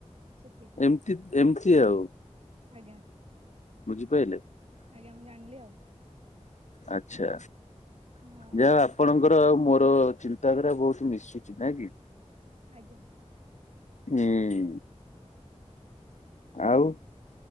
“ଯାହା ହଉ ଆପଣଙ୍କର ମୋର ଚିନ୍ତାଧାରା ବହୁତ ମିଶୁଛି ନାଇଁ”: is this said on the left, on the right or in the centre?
Left